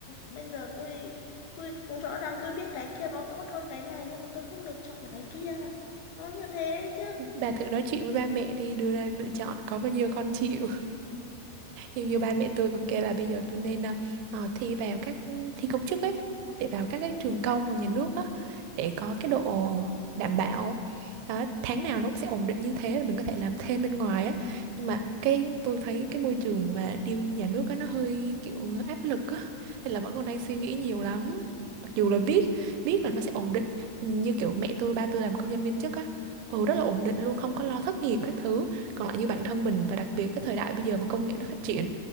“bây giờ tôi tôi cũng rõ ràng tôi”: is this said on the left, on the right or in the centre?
Left